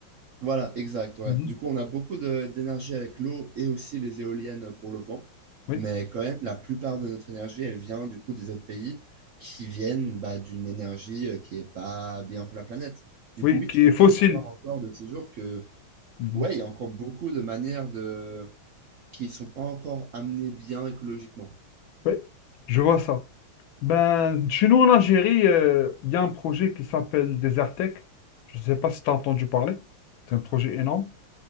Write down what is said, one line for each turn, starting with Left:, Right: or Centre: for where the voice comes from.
Right: Voilà, exact, ouais.
Left: Mhm.
Right: Du coup, on a beaucoup de- d'énergie avec l'eau et aussi les éoliennes pour le vent.
Left: Oui,
Right: Mais quand même, la plupart de notre énergie, elle vient du coup des autres pays qui viennent bah, d'une énergie euh, qui est pas bien pour la planète. Du
Left: oui,
Right: coup, oui,
Left: qui
Right: tu peux
Left: est fossile.
Right: clairement voir encore de ces jours que,
Left: Mhm.
Right: ouais, il y a encore beaucoup de manières de... qui sont pas encore amenées bien écologiquement.
Left: Oui, je vois ça. Ben, chez nous en Algérie, euh, il y a un projet qui s'appelle Desertec. Je ne sais pas si tu as entendu parler. C'est un projet énorme.